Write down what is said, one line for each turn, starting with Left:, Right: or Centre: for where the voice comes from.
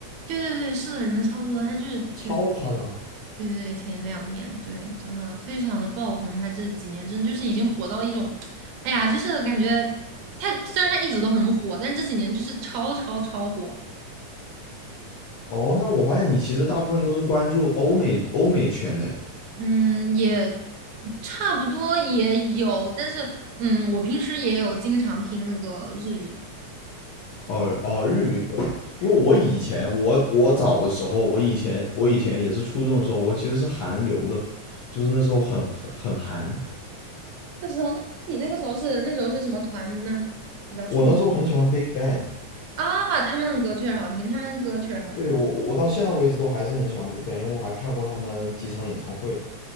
Right: 对对对，是的，人超多，他就是对
Left: 超夸张。
Right: 对对，前两年对，真的非常的爆红，他这几年真的就是已经火到一种，哎呀，就是感觉他虽然他一直都很火，但这几年就是超超超火。
Left: 哦，那我发现你其实大部分都是关注欧美欧美圈的，
Right: 嗯，也差不多也有，但是嗯，我平时也有经常听那个日语。
Left: 哦哦，日语歌，因为我以前我我早的时候，我以前我以前也是初中的时候，我其实是韩流的，就是那时候很很很韩，
Right: 不知道，那你那个时候是那时候是什么团呢？比较出名
Left: 我那时候很喜欢 Big Bang，
Right: 啊，他们的歌确实好听，他们的歌确实好听。
Left: 对我我我到现在为止都还是很喜欢 Big Bang，因为我还看过他们几场演唱会，